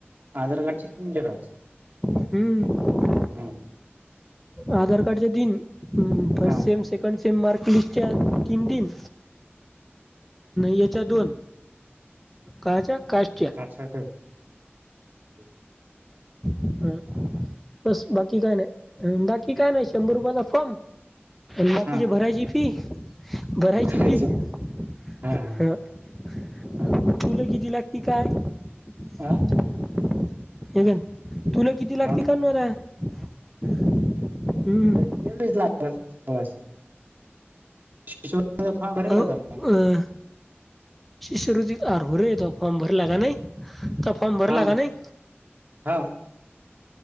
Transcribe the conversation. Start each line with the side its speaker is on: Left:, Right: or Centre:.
Right: आधार कार्डच्या तिनं झेरॉक्स?
Centre: हम्म.
Right: ह्म.
Centre: आधार कार्ड च्या तीन, first
Right: हा
Centre: sem, second sem mark लिस्टच्या तीन तीन. याच्या दोन, काहच्या कास्टच्या.
Right: कातर, <inaudible>
Centre: ह बस बाकी काय नाही, बाकी काय नाही शंभर रुपयाचा फॉर्म अन बाकीचे
Right: हा
Centre: भरायची फी. भरायची
Right: मॅरेज
Centre: फी
Right: सर्टिफिकेट,
Centre: <unintelligible>
Right: हा हा हा
Centre: तुलं किती लागती काय, हाय
Right: हा.
Centre: का नाय? तुला किती लागते
Right: फॉर्म
Centre: कान रे <unintelligible> हम्म.
Right: तेवढीच लागणार, सोळासे <unintelligible> फार्म भरेल
Centre: अहो
Right: होता काय?
Centre: अ, शिष्यवृत्तीचा आर भरे तुया फॉर्म भरला नाई, कप फॉर्म भर
Right: हा
Centre: ला कां नाही?
Right: हो